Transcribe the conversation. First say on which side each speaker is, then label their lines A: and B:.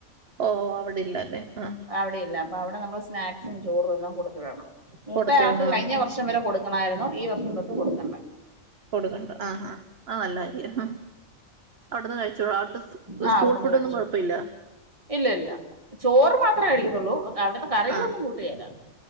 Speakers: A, on the right; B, on the right.
A: ഓ അവിടെയില്ലല്ലേ ആ
B: അവിടെയില്ല അപ്പൊ അവിടെ നമ്മൾ സ്നാക്സും ചോറും എല്ലാം കൊടുത്ത് വിടണം മൂത്തയാൾക്ക്
A: കൊടുത്തണന്ന്
B: കഴിഞ്ഞ വർഷം വരെ കൊടുക്കണാരുന്നു ഈ വർഷം തൊട്ട് കൊടുക്കണ്ട.
A: കൊടുക്കണ്ട ആഹ് ആഹ് ആ നല്ലാര്യാ ആ അവിടുന്ന് കഴിച്ചോളൂം അവിടു സ്
B: ആ
A: സ്കൂൾ
B: അവിടുന്ന്
A: ഫുഡ്
B: കഴിച്ചോളും
A: ഒന്നും കൊഴപ്പല്ല്യ.
B: ഇല്ല ഇല്ല ചോറ് മാത്ര കഴിക്കത്തുള്ളൂ അവിടുത്തെ കറികളൊന്നും
A: ആഹ്
B: കൂട്ടുകെല്ല